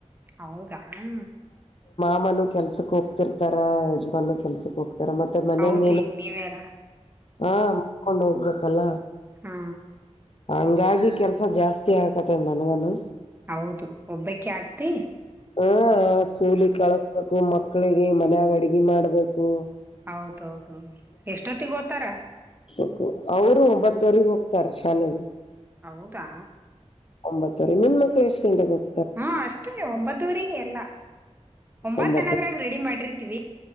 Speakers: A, on the right (about 15°); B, on the left (about 55°).
A: ಹೌದಾ ಹಾ
B: ಅಮ್ಮನು ಕೆಲ್ಸಕ್ ಹೋಗ್ತಿರ್ತಾರ ಯಜಮಾಾನ ಕೆಲ್ಸ ತರ ಮತ್ತೆ ಮನೆಯ
A: ಹೌದು
B: ಏ
A: ಈಗ ನೀವೇರಾ
B: ಹಾ ಮಾಡ್ಕೊಂಡ್ ಹೋಗ್ಬೇಕಲ್ಲ
A: ಹಾ
B: ಹಂಗಾಗಿ ಕೆಲ್ಸ ಜಾಸ್ತಿ ಆಕತ್ತ ನನ್ಗನು
A: ಹೌದು ಒಬ್ಬಕ ಆಗ್ತಿ
B: ಹ ಸ್ಕೂಲಗ್
A: ಹ್ಮ್
B: ಕಳಸ್ಬೇಕು ಮಕ್ಳಿಗೆ ಮನ್ಯಾಗ ಅಡ್ಗೆಿ ಮಾಡ್ಬೇಕು
A: ಹೌದೌದು ಎಷ್ಟೊತ್ತಿಗೆ ಓತಾರ
B: ಹಕು ಅವರು ಒಂಬತ್ತುವರೆಗೆ ಹೋಗ್ತಾರ ಶಾಲೆಗೆ
A: ಹೌದಾ
B: ಒಂಬತ್ತವರೆ ನಿನ್ ಮಕ್ಳ ಎಷ್ಟ ಕಟಾಗ
A: ಹ್ಮ ಅಷ್ಟೇ ಒಂಬತ್ತುವರಿಗೆ ಎಲ್ಲ ಒಂಬತ್ತನದ್ರಾಗ
B: ಒಂಬತ್ತು
A: ರೆಡಿ ಮಾಡಿರ್ತೀವಿ